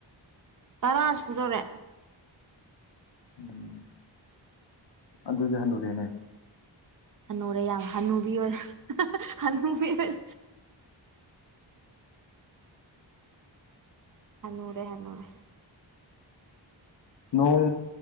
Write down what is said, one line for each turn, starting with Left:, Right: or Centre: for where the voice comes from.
Right: ꯇꯔꯥ ꯁꯨꯗꯧꯔꯦ
Left: ꯎꯝ ꯑꯗꯨ ꯑꯗꯨꯗꯤ ꯍꯅꯨꯔꯦꯅꯦ
Right: ꯍꯟꯅꯨꯔꯦ ꯌꯥꯝ ꯍꯟꯅꯨꯕꯤ ꯑꯣꯏ ꯍꯅꯨꯕꯤ ꯑꯣꯏ ꯍꯅꯣꯔꯦ ꯍꯅꯣꯔꯦ
Left: ꯅꯣꯡ